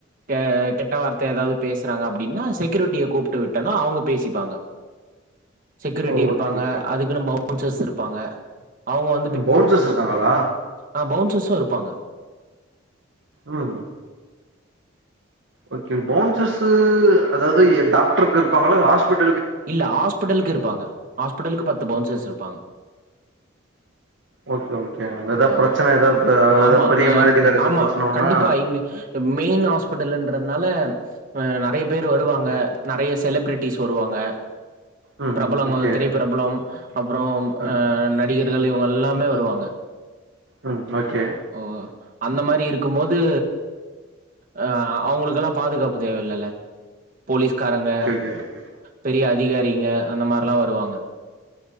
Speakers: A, on the right (about 40°); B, on the right (about 65°).
A: கே கெட்ட வார்த்த ஏதாவது பேசறாங்க அப்டின்னா செக்யூரிட்டிய கூப்டு விட்டனா அவுங்க பேசிப்பாங்க செக்யூரிட்டி
B: ஓகே
A: இருப்பாங்க
B: ஓகே
A: அதுக்குன்னு பவுன்சர்ஸ் இருப்பாங்க அவுங்க வந்
B: ம் பவுன்சர்ஸ் இருக்காங்களா
A: ஆ பவுன்சஸ்ஸு இருப்பாங்க
B: ம் ஓகே பவுன்சர்சு அதாவது டாக்டரு பே இருப்பாங்களா இல்ல ஹாஸ்பிட்
A: இல்ல ஹாஸ்பிட்டலுக்கு இருப்பாங்க ஹாஸ்பிட்டலுக்கு பத்து பவுன்சஸ் இருப்பாங்க
B: ஓகே ஓகே ஏதா
A: ஆமா
B: பிரச்சன ஏதாவது பெ
A: ஆமா
B: பெரிய
A: அ
B: மேலதிகார எதா
A: ஆமா
B: பிரச்சனை பண்ணா
A: கண்டிப்பா இங்க மெயின் ஹாஸ்பிட்டல்ன்றத்னால ப நெறைய பேர் வருவாங்க நெறைய செலபிரிட்டிஸ் வருவாங்க
B: ம்
A: பிரபலங்க
B: ம் ஓகே
A: திரைப்பிரபலம் அப்புறோ
B: ம்
A: அ நடிகர்கள் இவங்க எல்லாமே வருவாங்க
B: ம் ஓகே
A: ஓ அந்த மாரி இருக்கு போது அ அவங்களுக் கெல்லா பாதுகாப்பு தேவ இல்லல்ல போலீஸ்காரங்க
B: சேரி சேரி
A: பெரிய அதிகாரிங்க அந்த மாரிலா வருவாங்க